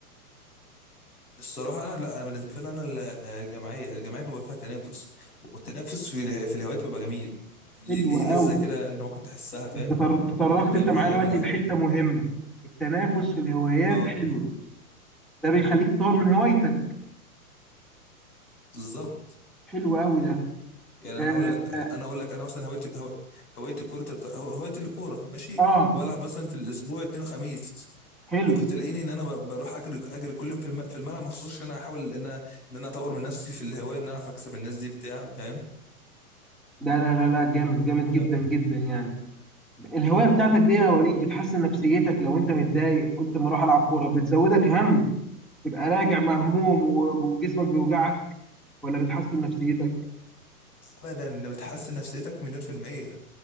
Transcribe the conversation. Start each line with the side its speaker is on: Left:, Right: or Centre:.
Left: الصراحه انا لا انا بالنسبه لي انا الجماعيه الجماعيه بيبقى فيها تنافس والتنافس في اله- في الهوايات بيبقى جميل ليه
Centre: حلو
Left: ليه لذه
Centre: قوي
Left: كده انت ممكن تحسها فاهم
Centre: انت تر- تطرقت
Left: فاهم
Centre: انت معايا
Left: هي جميل
Centre: دلوقتي
Left: قوي
Centre: لحتة مهمة التنافس في الهوايات
Left: اه
Centre: حلو
Left: آه،
Centre: ده بيخليك تطور من هوايتك
Left: بالظبط
Centre: حلو قوي ده
Left: يعني انا
Centre: اه,
Left: اقول لك انا اقول لك انا مثلا هوايتي هو- هوايتي كره الق- هو- هوايتي الكوره ماشي
Centre: آه
Left: وبلعب مثلا في الاسبوع اثنين وخميس
Centre: حلو
Left: ممكن تلاقيني ان انا ب- بروح اجري اجري كل يوم في الم- في الملعب مخصوص عشان انا احاول ان انا ان انا اطور من نفسي في الهوايه ان انا اعرف اكسب الناس دي بتاع فاهم
Centre: ده لا لا لا جامد جامد جدا
Left: فاهم.
Centre: جدا يعني الهواية بتاعتك دي يا وليد بتحسن نفسيتك لو انت متضايق قلت ما اروح العب كورة بتزودك هم تبقى راجع مهموم و- وجسمك بيوجعك ولا بتحسن نفسيتك
Left: ابدا بتحسن نفسيتك مليون في الميه